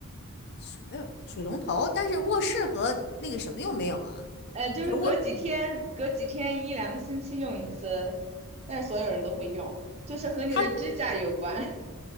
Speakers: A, on the left; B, on the right.
A: 所有人水龙头，但是卧室和那个什么又没有啊？
B: 呃，就是隔几天，
A: 就卧
B: 隔几天一两个星期用一次，但是所有人都会用，就是和你的指甲有关
A: 它